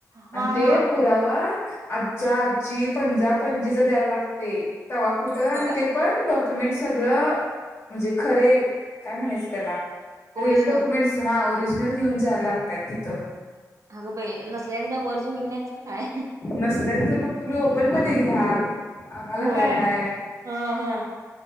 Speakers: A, on the right; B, on the left.
A: हा
B: आणि ते
A: हा
B: पुरावा आजा आजी पंजा पंजी ज द्यायला लागतंय तवा कुठ
A: मग
B: ते पण डॉक्युमेंट सगळं म्हणजे खरे काय म्हणायचं त्याला रिअल
A: ओरिजिनल
B: डॉक्युमेंट्स ना ओरिजिनल घेऊन जायला लागतात तिथं
A: अगं बाई नसल्याने काय वरजून घेऊन यायचं का काय
B: नसल्याच मग तुम्ही ओपन मध्ये हे आम्हाला
A: होय
B: काय हाय?
A: हा हा